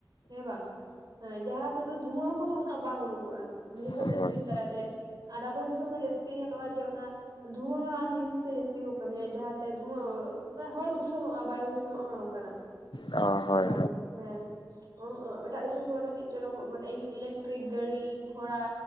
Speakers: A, on the right; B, on the left.
A: ᱦᱮᱸ ᱵᱟᱝ ᱦᱮᱸ ᱡᱟᱦᱟᱸ ᱚᱱᱛᱮ ᱫᱚ ᱫᱷᱩᱶᱟᱹ ᱠᱚᱫᱚ ᱩᱱᱟᱹᱜ ᱵᱟᱝ ᱩᱰᱩᱠᱚᱜᱼᱟ ᱡᱮᱦᱚᱛᱚ
B: ᱦᱳᱭ
A: ᱢᱮᱥᱤᱱ ᱫᱟᱨᱟᱭᱛᱮ ᱟᱨ ᱟᱵᱚ ᱫᱤᱥᱚᱢ ᱫᱚ ᱡᱟᱹᱥ ᱛᱤ ᱧᱮᱞᱚᱜᱼᱟ ᱡᱮ ᱚᱱᱟ ᱫᱷᱩᱶᱟᱹ ᱟᱱ ᱡᱤᱱᱤᱥ ᱛᱮ ᱡᱟᱹᱥᱛᱤ ᱠᱚ ᱠᱟᱹᱢᱤᱭᱟ ᱡᱟᱦᱟᱸᱛᱮ ᱫᱷᱩᱶᱟᱹ ᱢᱟᱱᱮ ᱦᱚᱭ ᱫᱩᱥᱚᱱᱚᱜᱼᱟ ᱵᱟᱭᱩ ᱫᱷᱩᱥᱚᱱᱚᱜ ᱚᱱᱮ ᱚᱝᱠᱟᱱᱟᱜ
B: ᱚ ᱦᱳᱭ
A: ᱦᱮᱸ ᱵᱟᱝ? ᱦᱮᱸ ᱮᱴᱟᱜ ᱫᱤᱥᱚᱢ ᱠᱚᱨᱮ ᱫᱚ ᱪᱮᱫ ᱪᱚᱨᱚᱠ ᱢᱟᱱᱮ ᱤᱞᱮᱠᱴᱨᱤᱠ ᱜᱟᱹᱲᱤ ᱜᱷᱚᱲᱟ